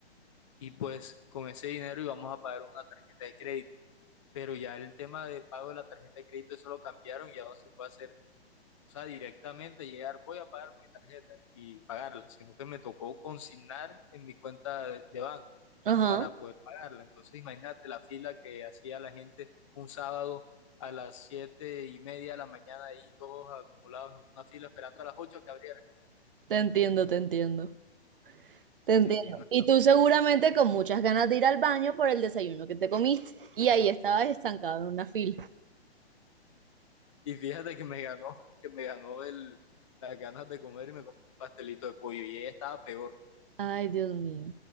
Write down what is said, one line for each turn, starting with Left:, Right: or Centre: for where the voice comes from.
Left: y pues con ese dinero íbamos a pagar una tarjeta de crédito. Pero ya el tema de pago de la tarjeta de crédito, eso lo cambiaron, ya no se puede hacer, o sea, directamente llegar, voy a pagar mi tarjeta y pagarla, sino que me tocó consignar en mi cuenta de de banco
Right: ajá.
Left: para poder pagarla. Entonces, imagínate la fila que hacía la gente un sábado a las siete y media de la mañana ahí todos acumulados en una fila esperando a las ocho que abrieran.
Right: Te entiendo, te entiendo. Te
Left: Sí,
Right: entiendo.
Left: sí, no.
Right: Y tú seguramente con muchas ganas de ir al baño por el desayuno que te comiste. Y ahí estabas estancado en una fila.
Left: Y fíjate que me ganó, que me ganó el, las ganas de comer y me compré un pastelito de pollo. Y ella estaba peor.
Right: Ay, Dios mío.